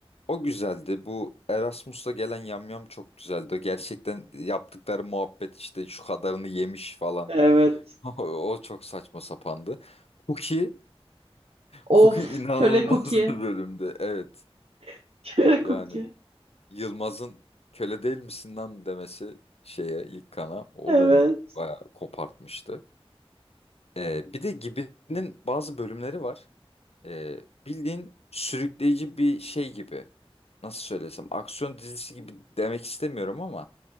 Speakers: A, on the left (about 75°); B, on the right (about 75°).
A: o güzeldi. Bu Erasmus'la gelen yamyam çok güzeldi. Gerçekten yaptıkları muhabbet işte şu kadarını yemiş falan.
B: Evet.
A: <laughs> O, o çok saçma sapandı. Cookie,
B: Of,
A: Cookie inanılmaz
B: köle cookie.
A: bir bölümdü. Evet.
B: <laughs> Köle
A: Yani
B: Cookie.
A: Yılmaz'ın köle değil misin lan demesi şeye ilk kana o
B: Evet.
A: beni bayağı kopartmıştı. Ee, bir de Gibi'nin bazı bölümleri var. Ee, bildiğin sürükleyici bir şey gibi. Nasıl söylesem aksiyon dizisi gibi demek istemiyorum ama